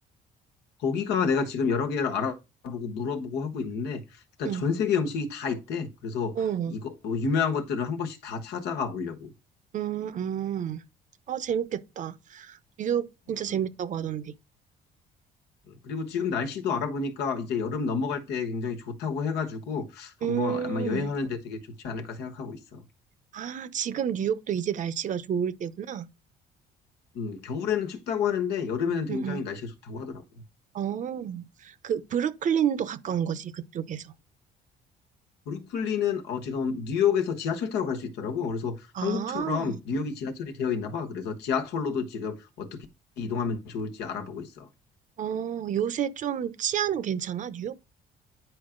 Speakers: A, on the left (about 80°); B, on the right (about 50°).
A: 거기가 내가 지금 여러 개를 알아보고 물어보고 하고 있는데 일단
B: 응,
A: 전 세계 음식이 다 있대. 그래서
B: 어,
A: 이거 뭐 유명한 것들을 한 번씩 다 찾아가 보려고.
B: 음, 음. 아, 재밌겠다. 뉴욕 진짜
A: 음.
B: 재밌다고 하던데.
A: 음. 그리고 지금 날씨도 알아보니까 이제 여름 넘어갈 때 굉장히 좋다고 해가지고 한번
B: 음,
A: 아마 여행하는데 되게 좋지 않을까 생각하고 있어.
B: 아, 지금 뉴욕도 이제 날씨가 좋을 때구나.
A: 음, 겨울에는 춥다고 하는데 여름에는 굉장히
B: 응, 응.
A: 날씨가 좋다고 하더라고.
B: 어, 그, 브루클린도 가까운 거지, 그쪽에서.
A: 브루클리는 어, 지금 뉴욕에서 지하철 타고 갈 수 있더라고. 그래서
B: 아,
A: 한국처럼 뉴욕이 지하철이 되어 있나 봐. 그래서 지하철로도 지금 어떻게 이동하면 좋을지 알아보고 있어.
B: 어, 요새 좀 치안은 괜찮아, 뉴욕?